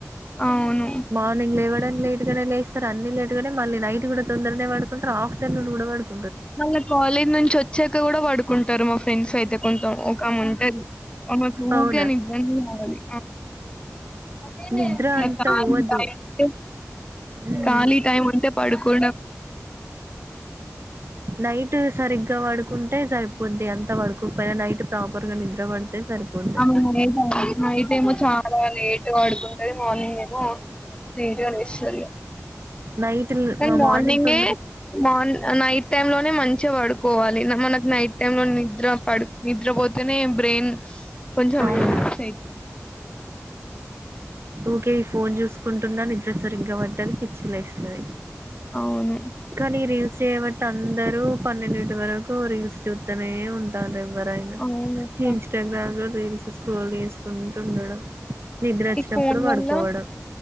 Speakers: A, on the left; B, on the right.
A: అవును.
B: మార్నింగ్ లేవడానికి లేట్ గానే లేస్తారు అన్ని లేట్గానే మళ్ళీ నైట్ కూడా తొందరనే పడుకుంటారు. ఆఫ్టర్నూన్ కూడా పడుకు
A: మళ్ళ కాలేజ్ నుంచి ఒచ్చాక గూడా పడుకుంటరు మా ఫ్రెండ్స్ అయితే కొంతం ఒకామె ఉంటది ఆమెకి
B: అవునా
A: ఊకే నిద్రనే గావాలి ఖాళీ
B: నిద్ర అంత పోవద్దు
A: టైముంటే
B: ఉమ్
A: ఖాళీ టైంముంటే పడుకో
B: నైట్ సరిగ్గా వాడుకున్ టే సరిపోద్ది అంత పడుకొక పోయినా నైట్ ప్రాపర్ గా నిద్ర పడితే సరిపోద్ది
A: అవును నైట్ నైటేమో చాలా లేట్ గా వడుకుంటది. మార్నింగ్ ఎమో లేట్ గా లేస్తదిగ
B: నైట్
A: కని మార్నింగే
B: మార్నింగ్ తొందర
A: మార్ని నై టైమ్ లోనే మంచిగా పడుకోవాలి. న మనకు నైట్ టైమ్ లో ని నిద్ర పడు నిద్రపోతెనే బ్రెయిన్ కొంచెం
B: అవును
A: రివ సైతా
B: ఉకే ఈ ఫోన్ చూసుకుంటున్న నిద్ర సరిగ్గా పట్టది. పిచ్చి లేస్తది.
A: అవును
B: కానీ రీల్స్ చేయబట్టి అందరూ పన్నెండింటి వరకు రీల్స్ చూత్తానే ఉంటాన్రే ఎవరైనా
A: అవునక్క.
B: ఇన్స్టాగ్రామ్ లో రీల్స్ స్క్రోల్ చేసుకుంటూ ఉండడం. నిద్రచ్చినప్పుడు
A: ఈ ఫోన్
B: పడుకోవడం.
A: వల్ల